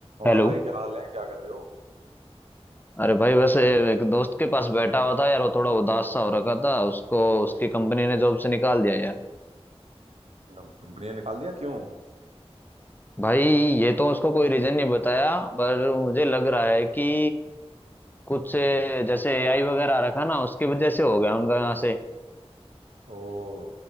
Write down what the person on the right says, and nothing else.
और भाई क्या हाल है क्या कर रहे हो
नम- कंपनी ने निकाल दिया क्यों
ओ